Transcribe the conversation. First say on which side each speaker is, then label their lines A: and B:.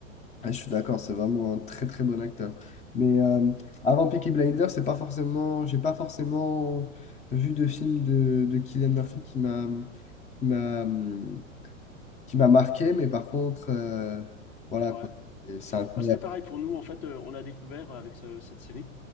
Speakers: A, on the left; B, on the left.
A: Ah, je suis d'accord, c'est vraiment un très très bon acteur. Mais euh, avant Peaky Blinders, c'est pas forcément, j'ai pas forcément vu de film de, de Cillian Murphy qui m'a qui m'a hum, qui m'a marqué, mais par contre, euh, voilà
B: Ouais.
A: quoi, Et c'est incroyable.
B: Ah, c'était pareil pour nous, en fait, euh, on l'a découvert avec ce- cette série.